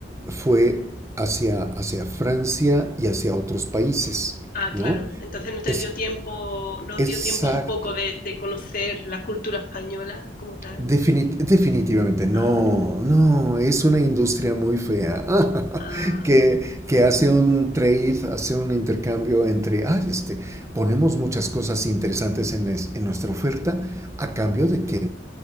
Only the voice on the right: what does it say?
fue hacia, hacia Francia y hacia otros países,
¿no?
Es,
exacto,
Defini- definitivamente, no,
no, es una industria muy fea <laughs>
que, que hace un trade, hace un intercambio entre, ay, este, ponemos muchas cosas interesantes en, es- en nuestra oferta a cambio de que,